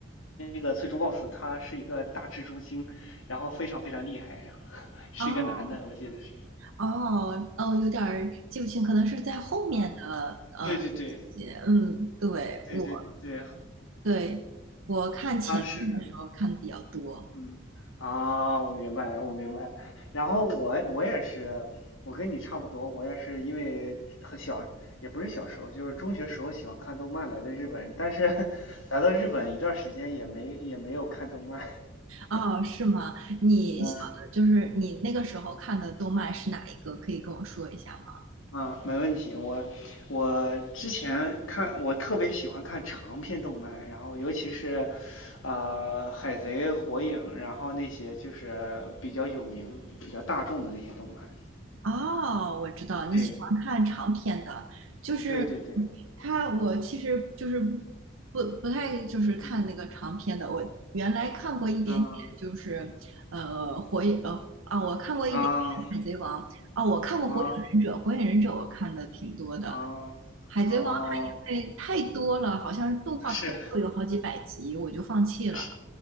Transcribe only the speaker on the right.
哦
哦哦，有点儿记不清，可能是在后面的呃，
也嗯，对我
对我看前面的时候看的比较多。
哦，是吗？你小的就是你那个时候看的动漫是哪一个？
可以跟我说一下吗？
哦，我知道你喜欢看长篇的，
就是
他，我其实就是不不太就是看那个长篇的。
我原来看过一点点，
就是呃火影呃啊，我看过一点点海贼王啊，
我看过火影忍者，
火影忍者我看的挺多的。
海贼王它因为太多了，
好像是动画片都有好几百集，
我就放弃了。